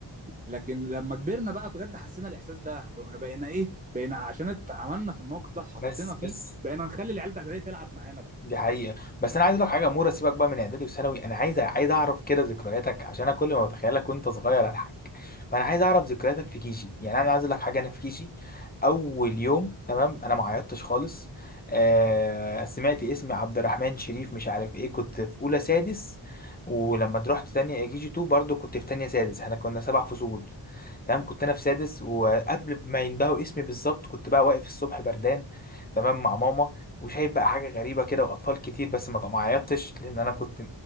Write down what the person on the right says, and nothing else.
لكن لما كبرنا بقى بجد حسينا الاحساس ده بقينا بقينا ايه بقينا عشان اتعاملنا في الموقف ده اتحطينا
فيه
بقينا نخلي العيال بتاعت اعدادي تلعب معانا بقى